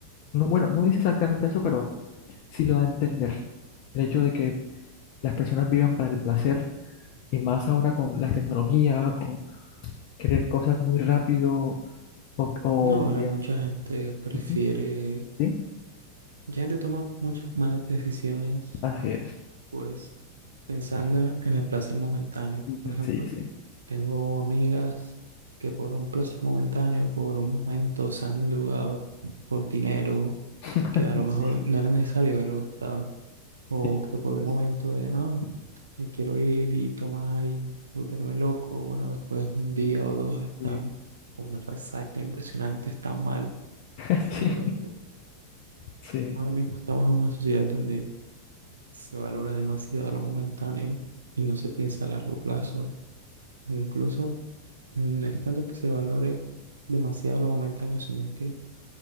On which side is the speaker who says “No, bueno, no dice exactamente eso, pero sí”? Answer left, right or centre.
Left